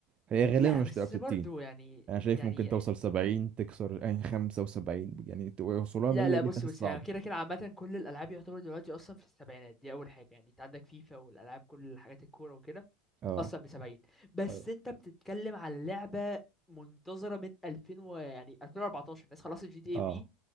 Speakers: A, on the right; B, in the centre.
A: هي غالبا
B: لا
A: مش
B: بس
A: تبقى ب 60
B: برضو يعني
A: انا شايف
B: يعني
A: ممكن توصل 70 تكسر يعني 75 يعني توصلها
B: لا
A: 100
B: لا
A: دي
B: بص
A: حاسس
B: بص
A: صعبه
B: يعني كده كده عامة كل الألعاب يعتبر دلوقتي أصلا في السبعينات دي أول حاجة يعني أنت عندك فيفا والألعاب كل حاجات الكورة وكده
A: اه
B: أصلا بسبعين بس
A: اه
B: أنت بتتكلم على لعبة منتظرة من 2000 و يعني 2014 الناس خلصت جي تي اي
A: اه
B: في